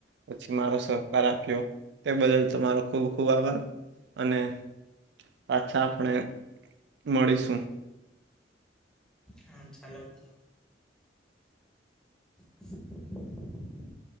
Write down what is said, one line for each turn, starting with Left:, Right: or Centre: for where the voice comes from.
Right: પછી મારો સહકાર આપ્યો તે બદલ તમારો ખૂબ ખૂબ આભાર. અને પાછા આપણે મળીશું.
Centre: હા ચાલો તો. <inaudible>